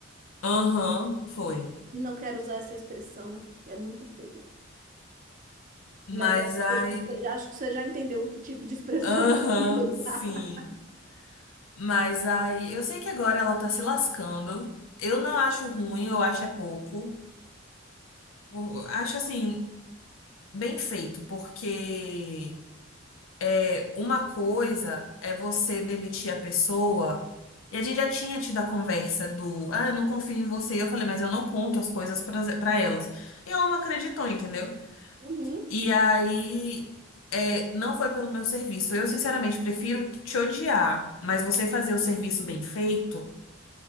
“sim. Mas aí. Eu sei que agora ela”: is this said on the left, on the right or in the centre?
Left